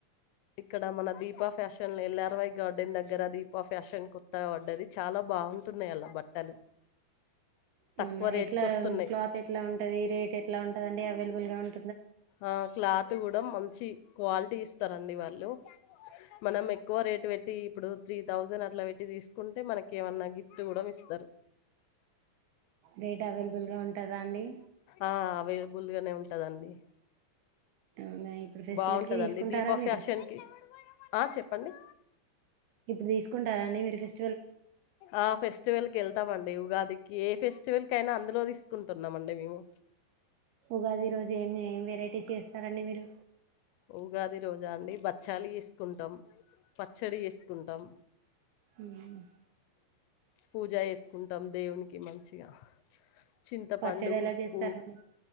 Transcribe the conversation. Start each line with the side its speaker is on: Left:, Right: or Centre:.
Left: ఇక్కడ మన దీపా ఫ్యాషన్ ఎల్లర్వై గార్డెన్ దెగ్గర దీపా ఫ్యాషన్ కోత్తాగ వడ్డది చాలా బాగున్ బట్టలు
Right: అవునా
Left: తక్కువ రేటుకి
Right: ఎట్లా
Left: వస్తున్నాయి
Right: క్లాత్ ఎట్లా ఉంటది రేట్ ఎట్లా ఉంటది అండి అవైలబుల్ గా ఉన్
Left: ఆహ్ క్లాత్ గూడా మంచి క్వాలిటీగిస్తారండి వాళ్ళు మనం ఎక్కువ రేటు వెట్టి ఇప్పుడు త్రీ థౌజండ్ అట్లా వెట్టి తీసుకుంటే మనక్ ఏమన్నా గిఫ్ట్ గుడ మిస్తారు
Right: రేట్ అవైలబుల్ గా ఉంటదా అండి
Left: ఆ అవైలబుల్ గనే ఉంటదండి
Right: అవునా ఇప్పుడు ఫెస్టివల్
Left: బాగుంటదండి
Right: కి తీసుకుంటారా
Left: దీపా
Right: మీరు
Left: ఫ్యాషన్ కి ఆ చెప్పండి
Right: ఇప్పుడు తీసుకుంటారా అండి మీరు ఫేస్
Left: ఆ ఫెస్టివల్ కి ఏళ్తామండి ఉగా దికి ఏ ఫెస్టివల్కైనా అందులో తిస్కుంటున్నామండి మేము
Right: ఉగాది రోజు ఎమ్ ఏం వెరైటీస్ జేస్తారండి మీరు
Left: ఉగాది రోజా అండి బచ్చలు ఎసుకుంటాం పచ్చడి ఎసుకుంటాం
Right: ఉమ్
Left: పూజ ఎస్కుంటాం దేవునికి మంచిగా చింతపండు,
Right: పచ్చడీ ఎలా
Left: ఉప్పు
Right: జేస్తారండి